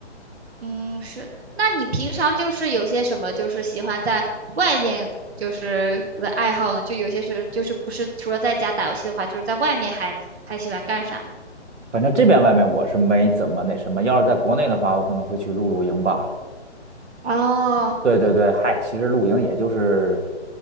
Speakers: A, on the right (about 65°); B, on the right (about 85°).
A: 嗯，是，那你平常就是有些什么，就是喜欢在外面就是的爱好呢？就有些是，就是不是除了在家打游戏的话，就是在外面还还喜欢干啥呢？
B: 反正这边外面我是没怎么那什么，要是在国内的话，我可能会去露露营吧。
A: 哦，
B: 对对对，嗨，其实露营也就是